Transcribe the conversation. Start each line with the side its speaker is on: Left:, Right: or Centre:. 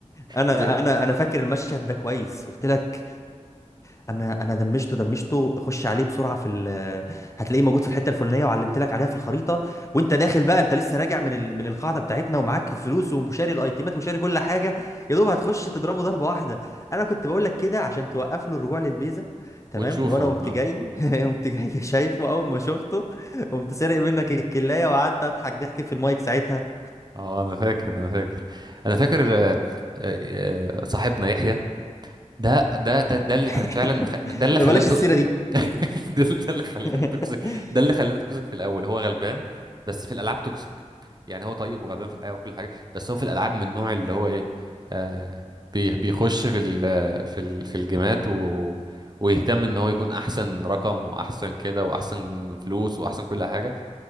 Left: انا
Right: ليه
Left: انا انا فاكر المشهد ده كويس قلت لك انا انا دمشته دمشته خش عليه بسرعه في ال هتلاقيه موجود في الحته الفلانيه وعلمت لك عليها في الخريطه وانت داخل بقى انت لسه راجع من ال... من القاعده بتاعتنا ومعاك فلوس وشاري الايتيمات وشاري كل حاجه يا دوب هتخش تضربه ضربه واحده انا كنت بقول لك كده عشان توقف له الرجوع للبيزه تمام
Right: وتشوفه
Left: وانا
Right: اه
Left: قمت جاي <laughs> قمت جاي شايفه اول ما شفته قمت سارق منك الكلايه وقعدت اضحك ضحك في المايك ساعتها
Right: اه انا فاكر انا فاكر انا فاكر آه، آه، آه، صاحبنا يحيى ده ده ده ده اللي
Left: <laughs>
Right: كان فعلا مخ... ده اللي
Left: ما
Right: خلانا
Left: بلاش
Right: تو...
Left: السيره
Right: <laughs>
Left: دي
Right: ده اللي خلانا
Left: <laughs>
Right: توكسيك ده اللي خلانا توكسيك في الاول هو غلبان بس في الالعاب توكسيك يعني هو طيب وغلبان في الحياه وكل حاجه بس هو في الالعاب من النوع اللي هو ايه آه بي- بيخش في ال... في ال... في الجيمات و... ويهتم ان هو يكون احسن رقم واحسن كده واحسن فلوس واحسن كل حاجه